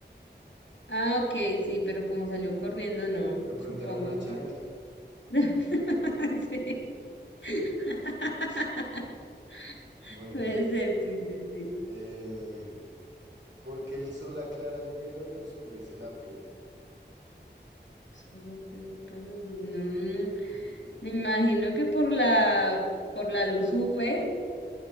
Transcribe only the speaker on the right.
De pronto
era una chancla.
Bueno,
eh, ¿por qué el sol aclara el pelo y oscurece la piel?
<laughs>